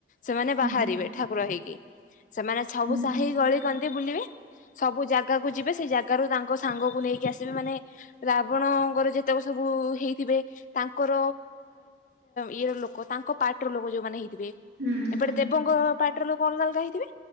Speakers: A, on the left; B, on the right.
A: ସେମାନେ
B: ହୁଁ।
A: ବାହାରିବେ ଠାକୁର ହେଇକି‌। ସେମାନେ ସବୁ
B: ହୁଁ
A: ସାହି ଗଳି କନ୍ଦି ବୁଲିବେ ସବୁ ଜାଗାକୁ ଯିବେ ସେଇ ଜାଗାରୁ ତାଙ୍କ ସାଙ୍ଗକୁ ନେଇକି ଆସିବେ ମାନେ ରାବଣ ଙ୍କର ଯେତେକ ସବୁ ହେଇଥିବେ। ତାଙ୍କର ଇଏ ର ଲୋକ ତାଙ୍କ ପାର୍ଟି ର ଲୋକ ଯୋଉମାନେ ହେଇଥି ବେ
B: ହୁଁ ହୁଁ
A: ଏପଟେ ଦେବଙ୍କ ପାଟ୍ ର ଲୋକ ଅଲଗା ଅଲଗା ହେଇଥିବେ